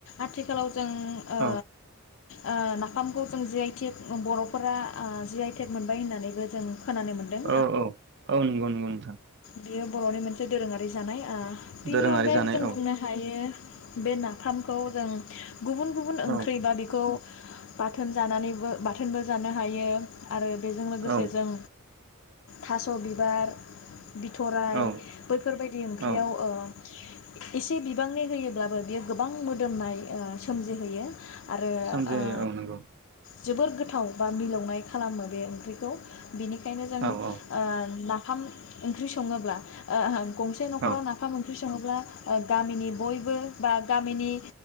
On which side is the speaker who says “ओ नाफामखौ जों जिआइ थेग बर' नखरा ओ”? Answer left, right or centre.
Left